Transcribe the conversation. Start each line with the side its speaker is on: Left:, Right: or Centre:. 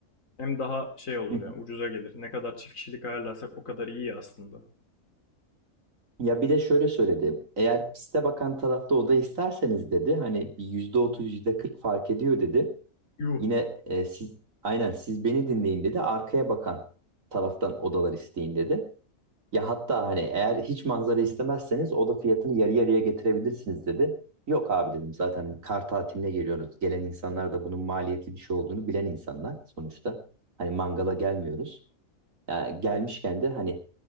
Left: Hem daha şey olur
Right: Hı hı.
Left: ya, ucuza gelir. Ne kadar çift kişilik ayarlarsak o kadar iyi aslında.
Right: Ya bir de şöyle söyledi. Eğer piste bakan tarafta oda isterseniz dedi. Hani bir yüzde otuz yüzde kırk fark ediyor dedi.
Left: Yuh,
Right: Yine e, siz aynen siz beni dinleyin dedi. Arkaya bakan taraftan odalar isteyin dedi. Ya hatta hani eğer hiç manzara istemezseniz oda fiyatını yarı yarıya getirebilirsiniz dedi. Yok abi dedim zaten kar tatiline geliyoruz. Gelen insanlar da bunun maliyetli bir şey olduğunu bilen insanlar sonuçta. Hani mangala gelmiyoruz. Yani gelmişken de hani